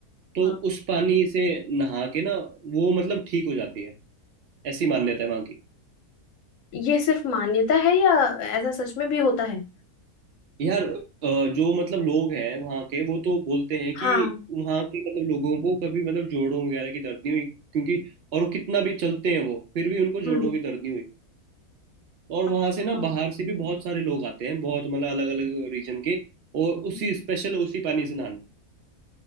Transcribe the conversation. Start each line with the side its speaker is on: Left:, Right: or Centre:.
Right: तो
Left: हाँ
Right: उस पानी से नहा के ना वो मतलब ठीक हो जाती है ऐसी मान्यता है वहां की
Left: ये सिर्फ मान्यता है या ऐसा सच में भी होता है
Right: यार अ, जो मतलब लोग हैं वहां के वो तो बोलते हैं कि
Left: हाँ
Right: वहां के मतलब लोगों को कभी मतलब जोड़ों वगैरह की दर्द नहीं हुई क्योंकि और वो कितना भी चलते हैं वो फिर भी उनको
Left: हम्म
Right: जोड़ों की दर्द नहीं हुई और
Left: अच्छा,
Right: वहां से ना
Left: हम्म
Right: बाहर से भी बहुत सारे लोग आते हैं बहुत मतलब अलग अलग रीजन के और उसी
Left: हम्म।
Right: स्पेशल उसी पानी से नहाने